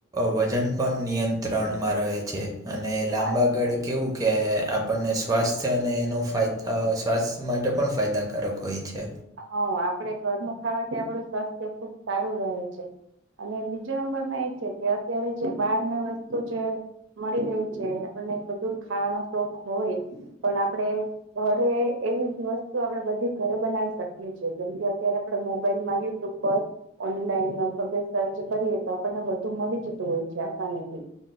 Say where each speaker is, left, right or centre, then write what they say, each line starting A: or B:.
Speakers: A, on the right; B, on the right.
A: વજન પણ નિયંત્રણમાં રહે છે અને
B: હા
A: લાંબા
B: એ સાચું
A: ગાળે કેવું
B: જ છે
A: કે આપણને સ્વાસ્થ્ય અને એનો ફાયદ સ્વાસ્થ્ય માટે પણ ફાયદાકારક હોય છે
B: હ આપડે ઘરનું ખાવાથી આપડુ સ્વાસ્થ્ય ખુબ સારું રહે છે અને બીજો નંબર માં એ અત્યારે જે બહાર ના વસ્તુ જે મળી રહી છે આપણને બધું ખાવાનું શોખ હોય પણ આપડે ઘરે એવી જ વસ્તુ આપડે બધી ઘરે બનાવી શકીએ છીએ કેમ કે અત્યારે આપડે મોબાઈલમાં યુટ્યુબ પર ઓનલાઈન માં બધે સર્ચ કરીએ તો આપણને વધુ મળી જતું હોય છે આસાનીથી